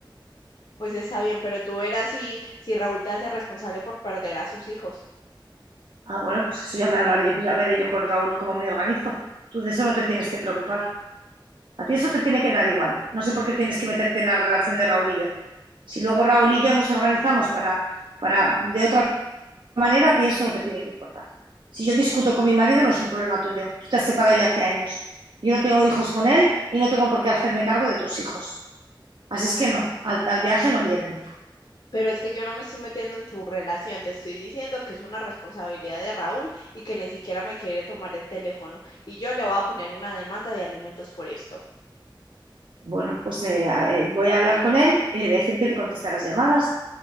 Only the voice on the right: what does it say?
Ah, bueno, pues eso ya me hablaré yo, ya veré yo con Raúl cómo me organizo. Tú de eso no te tienes que preocupar. A ti eso te tiene que dar igual. No sé por qué tienes que meterte en la relación de Raúl y yo. Si luego Raúl y yo nos organizamos para, para de otra manera, a ti eso no te tiene que importar. Si yo discuto con mi marido, no es un problema tuyo. Tú te has separado ya hace años. Yo no tengo hijos con él y no tengo por qué hacerme cargo de tus hijos. Así es que no, al, al viaje no vienen.
Bueno, pues eh, eh, voy a hablar con él y le voy a decir que te conteste las llamadas.